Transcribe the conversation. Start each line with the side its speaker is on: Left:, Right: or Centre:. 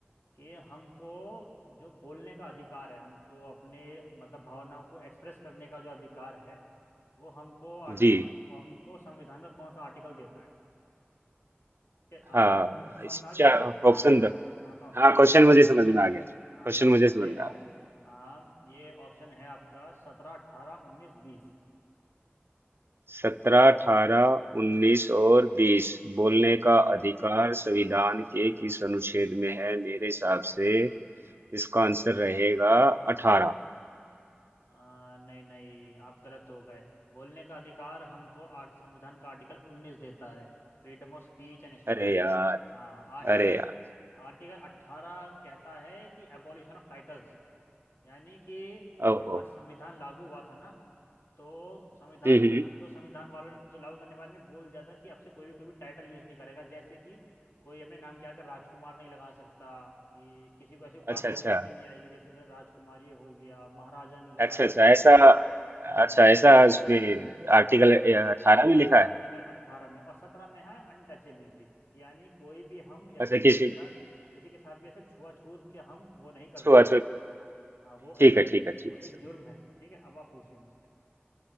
Left: कि हमको जो बोलने का अधिकार है हमको अपने मतलब भावनाओं को एक्सप्रेस करने का जो अधिकार है वो हमको आर्टिक
Right: जी
Left: वो हमको संविधान का कौन सा आर्टिकल देता है क्या आ,
Right: हाँ
Left: कुछ क्वेश्चन समझ
Right: इसका
Left: में आ गया आपको आ,
Right: ऑप्शन
Left: मैं
Right: दो
Left: हाँ मैं ऑप्शन
Right: हाँ
Left: दूंगा
Right: क्वेश्चन मुझे समझ में आ गया
Left: हाँ
Right: क्वेश्चन
Left: मैं ऑप्शन
Right: मुझे समझ
Left: दे
Right: में
Left: रहा
Right: आ
Left: हूँ
Right: गया
Left: हाँ ये ऑप्शन है आपका सत्रह अट्ठारह उन्नीस बीस
Right: सत्रह अठारह उन्नीस और बीस
Left: हम्म
Right: बोलने का अधिकार संविधान के किस अनुच्छेद में है मेरे हिसाब से इसका आंसर रहेगा अठारह
Left: आ, नहीं नहीं आप गलत हो गए बोलने का अधिकार हमको आर- संविधान का आर्टिकल उन्नीस देता है freedom of speech and expression
Right: अरे यार
Left: हाँ आर्टिकल
Right: अरे यार
Left: आर्टिकल अट्ठारह कहता है कि एबॉलिशन ऑफ टाइटल्स यानी कि
Right: ओहो
Left: जब हमारा संविधान लागू हुआ था ना तो संविधान
Right: हम्म हम्म,
Left: तो संविधान वालों ने जो लागू करने वाले ने बोल दिया था कि अब से कोई भी कोई भी टाइटल यूज नहीं करेगा जैसे कि कोई अपने नाम के आगे राजकुमार नहीं लगा सकता कि किसी को ऐसी उपाधि
Right: अच्छा अच्छा
Left: नहीं, नहीं दी जाएगी जैसे राजकुमार ये हो गया महाराजा नहीं लगा
Right: अच्छा
Left: सकते
Right: अच्छा ऐसा अच्छा
Left: हाँ
Right: ऐसा उसमें
Left: हाँ
Right: आर्टिकल
Left: ये
Right: अठारह में लिखा
Left: आर्टिकल
Right: है
Left: 18 में और 17 में है अनटचेबिलिटी यानी कोई भी हम ऐसे
Right: अच्छा
Left: किसी
Right: किसी
Left: के साथ किसी के साथ भी ऐसे छुआछूत के हम वो नहीं कर
Right: छो
Left: सकते
Right: अच्छा
Left: हाँ वो एक
Right: ठीक है ठीक है ठीक
Left: वो एक
Right: है सर
Left: जुर्म है ठीक है अब आप पूछिए मुझसे